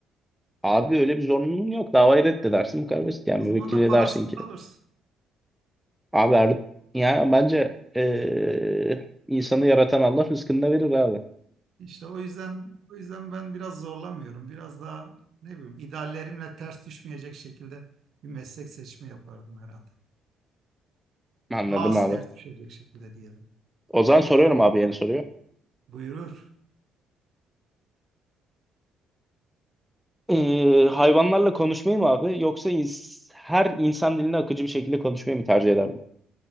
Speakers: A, in the centre; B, on the right (about 60°).
A: abi öyle bir zorunluluğun yok. Davayı reddedersin bu kadar basit yani
B: O zaman
A: müvekkil
B: da parasız
A: dersin ki
B: kalırsın.
A: abi er- yani bence e, insanı yaratan Allah rızkını da verir abi.
B: İşte o yüzden o yüzden ben biraz zorlamıyorum. Biraz daha ne bileyim ideallerimle ters düşmeyecek şekilde bir meslek seçimi yapardım herhalde.
A: Anladım
B: Daha az
A: abi.
B: ters düşecek şekilde diyelim.
A: O zaman soruyorum abi yeni soruyor.
B: Buyurur.
A: Ee, hayvanlarla konuşmayı mı abi yoksa ins- her insan dilini akıcı bir şekilde konuşmayı mı tercih ederdin?